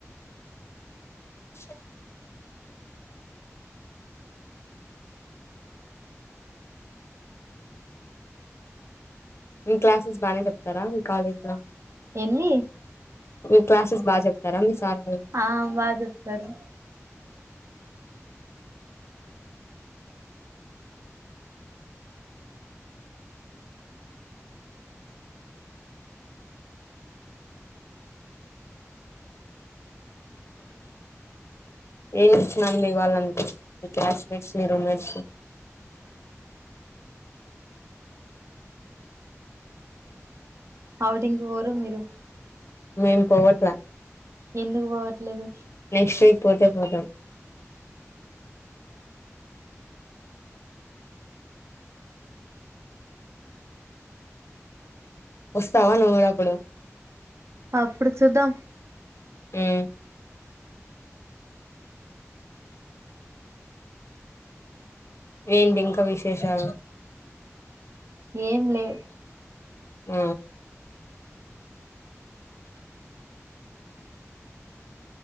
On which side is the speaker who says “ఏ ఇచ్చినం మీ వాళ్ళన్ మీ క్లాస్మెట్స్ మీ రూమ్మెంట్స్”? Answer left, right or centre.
Left